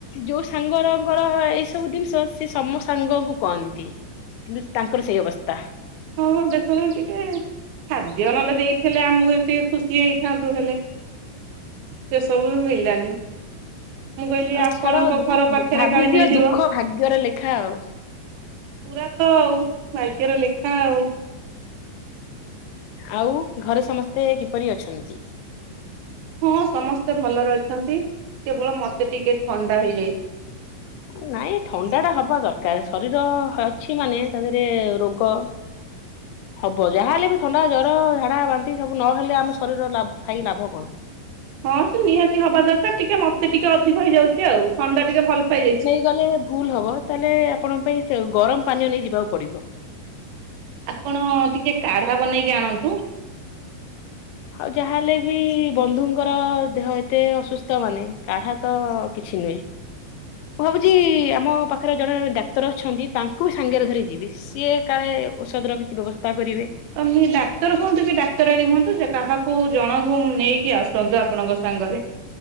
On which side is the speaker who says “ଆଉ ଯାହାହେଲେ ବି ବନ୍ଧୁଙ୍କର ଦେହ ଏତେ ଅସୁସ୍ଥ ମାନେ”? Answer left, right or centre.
Left